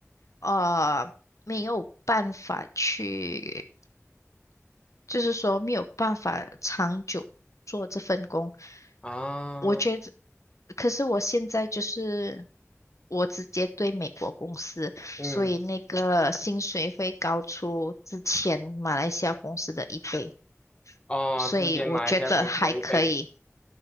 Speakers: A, on the left; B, on the left.
A: 呃没有办法去，就是说没有办法长久做这份工。
B: 啊，
A: 我觉得，可是我现在就是我直接对美国公司，
B: 嗯，
A: 所以那个薪水会高出之前马来西亚公司的一倍，
B: 哦，
A: 所以我觉得还可以。
B: 之前马一家公司会被，